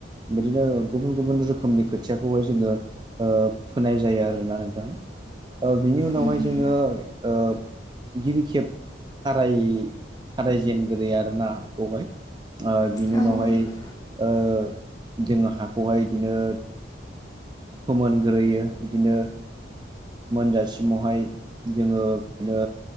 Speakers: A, on the right (about 25°); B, on the left (about 20°).
A: बिदिनो गुबुन गुबुन रोखोमनि खोथियाखौहाय जोङो। ओ फोनाय जायो आरोना नोंथां बिनि उनावहाय
B: उम
A: जोंङो ओ। गिबि खेब खाराय खारायजेनगोरै आरो ना। अबाय ओ बिनि
B: औ ओं
A: उनावहाय ओ जोंङो हाखौहाय बिदिनो फोमोनग्रोयो बिदिनो मोनजासिमावहाय जोंङो बिदिनो